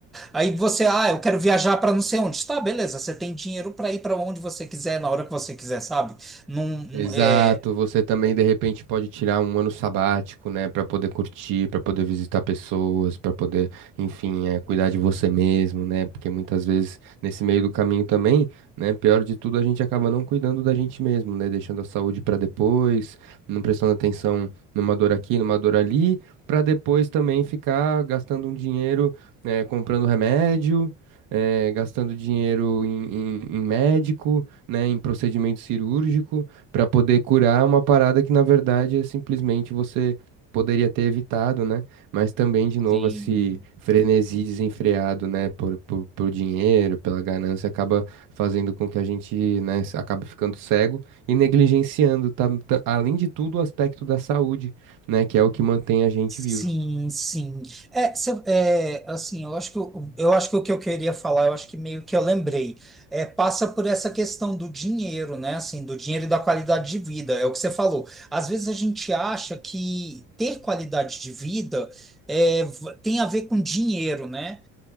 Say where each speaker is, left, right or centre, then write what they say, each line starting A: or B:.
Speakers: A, in the centre; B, on the right (about 75°).
A: aí você, ah, eu quero viajar para não sei onde. Tá, beleza, você tem dinheiro para ir para onde você quiser, na hora que você quiser, sabe? Não, não-
B: Exato,
A: é,
B: você também de repente pode tirar um ano sabático, né, para poder curtir, para poder visitar pessoas, para poder, enfim, eh, cuidar de você mesmo, né? Porque muitas vezes nesse meio do caminho também, né, pior de tudo, a gente acaba não cuidando da gente mesmo, né, deixando a saúde para depois, não prestando atenção numa dor aqui, numa dor ali, para depois também ficar gastando um dinheiro, né, comprando remédio. eh, gastando dinheiro em, em em médico, né, em procedimento cirúrgico para poder curar uma parada que na verdade é simplesmente você poderia ter evitado, né? Mas também de novo
A: sim.
B: esse frenesi desenfreado, né, por, por, por dinheiro, pela ganância acaba fazendo com que a gente, né, s- acabe ficando cego e negligenciando, tá, tá- além de tudo, o aspecto da saúde, né, que é o que mantém a gente vivo.
A: Sim, sim. É, cê- é, assim, eu acho que eu, eu acho que o que eu queria falar, eu acho que meio que eu lembrei, é, passa por essa questão do dinheiro, né? Assim, do dinheiro e da qualidade de vida, é o que você falou. Às vezes a gente acha que ter qualidade de vida é, v- tem a ver com dinheiro, né?